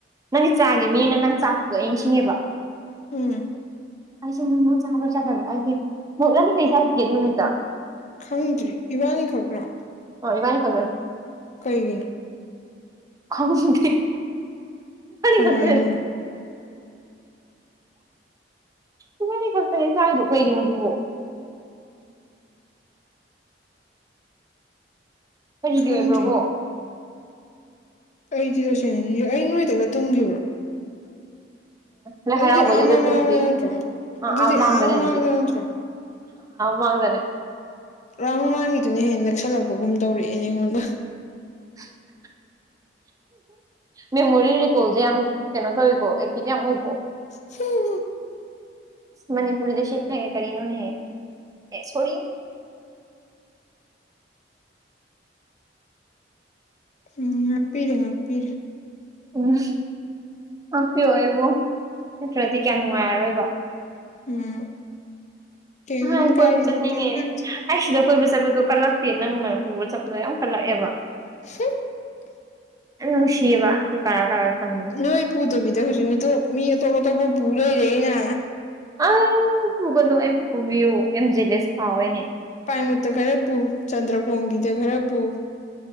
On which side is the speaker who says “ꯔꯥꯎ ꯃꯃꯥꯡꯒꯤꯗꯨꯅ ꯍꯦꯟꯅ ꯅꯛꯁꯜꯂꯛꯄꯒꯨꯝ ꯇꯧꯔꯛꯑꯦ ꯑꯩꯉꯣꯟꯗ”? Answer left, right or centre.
Left